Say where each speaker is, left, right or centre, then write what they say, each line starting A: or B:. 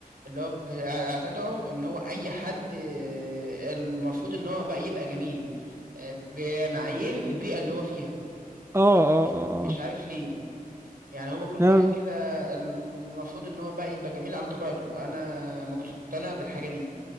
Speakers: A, on the right; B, on the right.
A: اللي هو ب- اعتدعوا ان هو اي حد آه، المفروض ان هو بقى يبقى جميل آه، بمعايير البيئه اللي هو فيها
B: اه
A: مش عارف
B: اه اه
A: مش عارف ليه يعني هو كل
B: نعم
A: واحد كده المفروض ان هو بقى يبقى جميل على طبيعته انا مقتنع بالحاجه دي